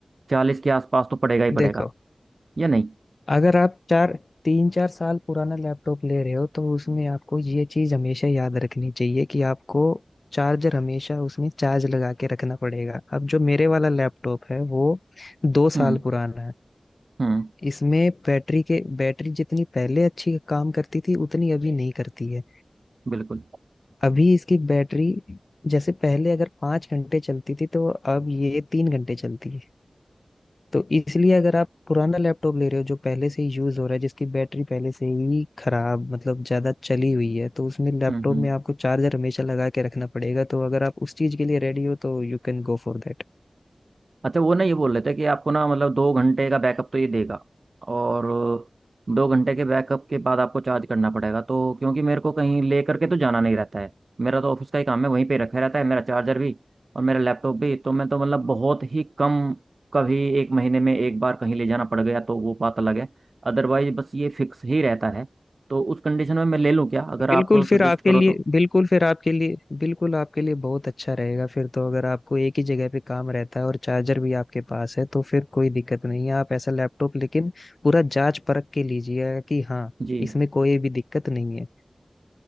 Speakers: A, on the right; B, on the left.
A: चालीस के आसपास तो पड़ेगा ही पड़ेगा
B: देखो
A: या नहीं
B: अगर आप चार तीन चार साल पुराना लैपटॉप ले रहे हो तो उसमें आपको ये चीज हमेशा याद रखनी चाहिए कि आपको चार्जर हमेशा उसमें चार्ज लगा के रखना पड़ेगा अब जो मेरे वाला लैपटॉप है वो दो
A: हम्म
B: साल पुराना है
A: हम्म
B: इसमें बैटरी के बैटरी जितनी पहले अच्छी काम करती थी उतनी अभी नहीं करती है
A: बिल्कुल
B: अभी इसकी बैटरी जैसे पहले अगर पाँच घंटे चलती थी तो अब ये तीन घंटे चलती है तो इसलिए अगर आप पुराना लैपटॉप ले रहे हो जो पहले से ही यूज हो रहा है जिसकी बैटरी पहले से ही खराब मतलब ज्यादा चली हुई है तो उसमें लैपटॉप
A: हम्म हम्म
B: में आपको चार्जर हमेशा लगा के रखना पड़ेगा तो अगर आप उस चीज के लिए रेडी हो तो you can go for that
A: अच्छा वो ना ये बोल रहे थे कि आपको ना मतलब दो घंटे का बैकअप तो ये देगा और दो घंटे के बैकअप के बाद आपको चार्ज करना पड़ेगा तो क्योंकि मेरे को कहीं ले करके तो जाना नहीं रहता है मेरा तो ऑफिस का ही काम है वहीं पे रखा रहता है मेरा चार्जर भी और मेरा लैपटॉप भी तो मैं तो मतलब बहुत ही कम कभी एक महीने में एक बार कहीं ले जाना पड़ गया तो वो बात अलग है अदरवाइज बस ये फिक्स ही रहता है तो उस कंडीशन में मैं ले लूँ क्या अगर
B: बिल्कुल
A: आप
B: फिर
A: सजेस्ट
B: आपके
A: करो
B: लिए
A: तो
B: बिल्कुल फिर आपके लिए बिल्कुल आपके लिए बहुत अच्छा रहेगा फिर तो अगर आपको एक ही जगह पे काम रहता है और चार्जर भी आपके पास है तो फिर कोई दिक्कत नहीं है आप ऐसा लैपटॉप लेकिन पूरा जांच परख के लीजिएगा कि हाँ
A: जी
B: इसमें कोई भी दिक्कत नहीं है